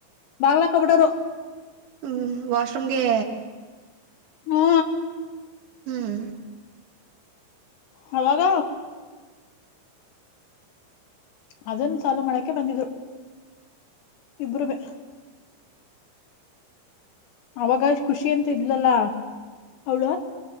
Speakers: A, on the left; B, on the right.
A: ಬಾಗ್ಲಾಕ್ಕ ಬಿಡರು
B: ಹ್ಮ್ ವಾಶ್ರೂಮ್ಗೆ
A: ಹ್ಮ
B: ಹ್ಮ್
A: ಹವಾಗ ಅದನ್ ಸಾಲ ಮಳಕೆ ಬಂದಿದ್ದು ಇಬ್ಬರು ಬ ಅವಾಗಷ್ಟ ಖುಷಿ ಅಂತ ಇದ್ಲಲ್ಲಾ ಅವಳ